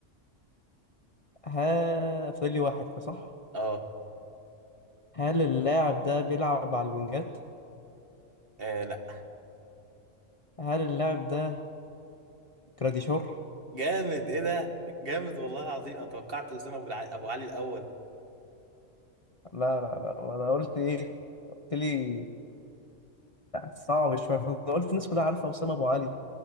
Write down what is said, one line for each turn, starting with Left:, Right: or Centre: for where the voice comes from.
Left: ها فاضل لي واحد كده صح
Right: اه
Left: هل اللاعب ده بيلعب على الوينجات
Right: آه، لا
Left: هل اللاعب ده جراديشار
Right: جامد ايه ده جامد والله العظيم انا توقعت اسامه ابو الع- أبو علي الاول
Left: لا لا لا وانا قلت ايه قلت لي يعني صعب شويه فانا قلت الناس كلها عارفه اسامه ابو علي